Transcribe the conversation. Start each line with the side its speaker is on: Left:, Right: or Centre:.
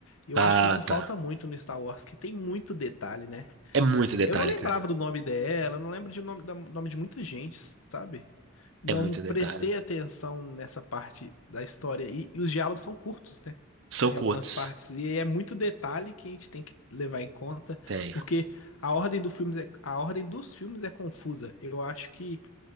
Left: Eu
Right: Ah,
Left: acho que isso falta
Right: tá.
Left: muito no Star Wars, que tem muito detalhe, né?
Right: É muito detalhe,
Left: Eu não lembrava
Right: cara.
Left: do nome dela, eu não lembro de nome, da- nome de muita gente, sabe? Não
Right: É muito
Left: prestei
Right: detalhe.
Left: atenção nessa parte da história aí, e os diálogos são curtos, né?
Right: São
Left: Em
Right: curtos.
Left: algumas partes. E é muito detalhe que a gente tem que levar em conta,
Right: Tem.
Left: porque a ordem do filme é, a ordem dos filmes é confusa. Eu acho que